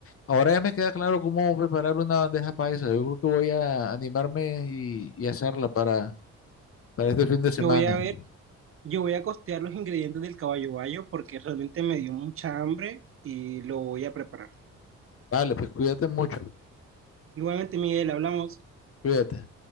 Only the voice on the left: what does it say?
ahora ya me queda claro cómo preparar una bandeja paisa. Yo creo que voy a animarme y, y hacerla para, para este fin de semana.
Vale, pues cuídate mucho,
cuídate.